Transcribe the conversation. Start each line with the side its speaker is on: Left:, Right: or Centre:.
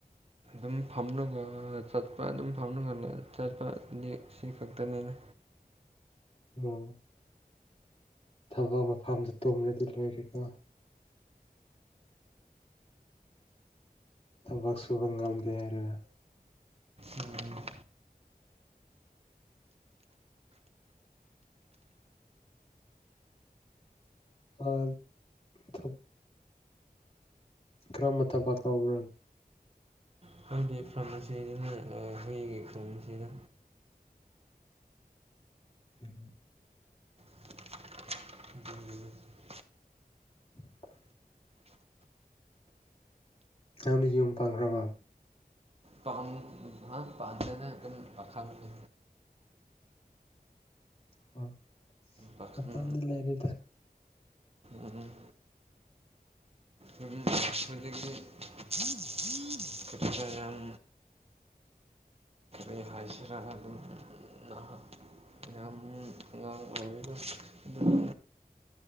Right: ꯑꯗꯨꯝ ꯐꯝꯅꯒ ꯆꯠꯄ ꯑꯗꯨꯝ ꯐꯝꯅꯒ ꯆꯠꯄ ꯅ‌ꯦ ꯁꯤ ꯈꯛꯇꯅꯤꯅꯦ꯫
Left: ꯑꯣ ꯊꯕꯛ ꯃꯐꯝꯗ ꯇꯨꯝꯔꯗꯤ ꯂꯣꯏꯔꯦꯀꯣ ꯊꯕꯛ ꯁꯨꯕ ꯉꯝꯗꯦ ꯍꯥꯏꯔꯒ꯫
Right: ꯎꯝ
Left: ꯑꯥꯠ ꯊꯨꯞ ꯀꯔꯝꯕ ꯊꯕꯛ ꯇꯧꯕ꯭ꯔꯥ
Right: ꯑꯩꯈꯣꯏꯒꯤ ꯐꯥꯔꯝ ꯑꯁꯤꯅ ꯑ ꯍꯨꯏꯒꯤ ꯊꯣꯡ ꯑꯁꯤꯗ
Left: <inaudible>
Right: <unintelligible>
Left: <unintelligible> ꯅꯪꯗꯤ ꯌꯨꯝ ꯄꯥꯟꯈ꯭ꯔꯕ
Right: ꯄꯥꯝ ꯑꯍ ꯄꯥꯟꯗꯦꯗ ꯗꯨꯝ ꯄꯥꯈꯪꯅꯦ
Left: ꯑꯣ
Right: ꯄꯥꯈꯪ
Left: ꯃꯇꯝꯗꯤ ꯂꯩꯔꯤꯗ
Right: ꯎꯝ ꯎꯝ <unintelligible> ꯍꯨꯖꯤꯛꯇꯤ <unintelligible> ꯀꯤꯇ꯭ꯔ ꯌꯥꯝ ꯀꯩ ꯍꯥꯏꯁꯤꯔ ꯑꯗꯨꯝ ꯑꯍ ꯌꯥꯝ ꯑꯉꯥꯡ ꯑꯣꯏꯔꯤꯗ ꯗꯨꯝ